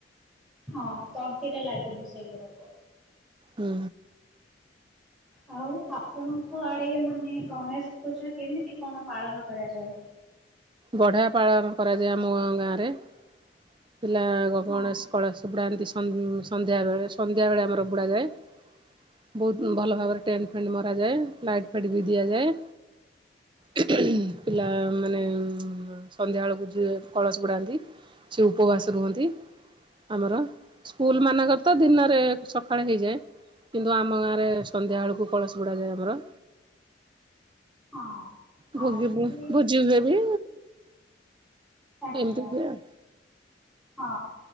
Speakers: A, in the centre; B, on the right.
A: ହଁ ତଣ୍ଟିରେ ଲାଗିବ ସେଇଗୁଡାକ।
B: ହୁଁ।
A: ଆଉ ଆପଣଙ୍କ ଆଡେ ମାନେ ଗଣେଶ ପୂଜା କେମିତି କଣ ପାଳନ କରାଯାଏ?
B: ବଢିଆ ପାଳନ କରାଯାଏ ଆମ ଗାଁରେ। ପିଲା
A: ହଁ।
B: ଗଣେଶ କଳସ ବୁଡାନ୍ତି ସନ୍ ସନ୍ଧ୍ୟାବେଳେ ସନ୍ଧ୍ୟା ବେଳେ ଆମର ବୁଡା ଯାଏ। ବହୁତ ଭଲ ଭାବରେ ଟେଣ୍ଟ ଫେଣ୍ଟ ମରା ଯାଏ। ଲାଇଟ ଫାଇଟ ବି ଦିଆଯାଏ। ପିଲା ମାନେ ଉ ସନ୍ଧ୍ୟାବେଳକୁ ଯିଏ କଳସ ବୁଡାନ୍ତି ସେ ଉପବାସ ରୁହନ୍ତି ଆମର ସ୍କୁଲ ମାନଙ୍କର ତ ଦିନରେ ସକାଳେ ହେଇଯାଏ। କିନ୍ତୁ ଆମ ଗାଁରେ ସନ୍ଧ୍ୟାବେଳକୁ କଳସ ବୁଡ଼ାଯାଏ ଆମର।
A: ହଁ ଆମର
B: ଭୋଗିବ
A: ବି
B: ଭୋଜି ହୁଏ ବି।
A: ଆଚ୍ଛା
B: ଏମିତି ହୁଏ ଆଉ
A: ହଁ।